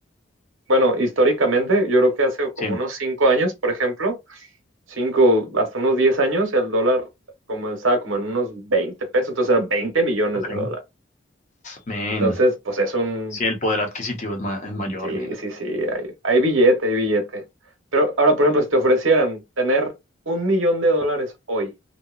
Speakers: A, on the right; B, on the left.
A: bueno, históricamente, yo creo que hace como
B: Sí,
A: unos cinco años, por ejemplo, cinco, hasta unos 10 años, el dólar comenzaba como en unos 20 pesos, entonces eran veinte millones
B: ok.
A: de dólares.
B: Men.
A: Entonces, pues es un,
B: Sí, el poder adquisitivo es, ma- es mayor,
A: sí,
B: man.
A: sí, sí, hay, hay billete, hay billete. Pero ahora, por ejemplo, si te ofrecieran tener un millón de dólares hoy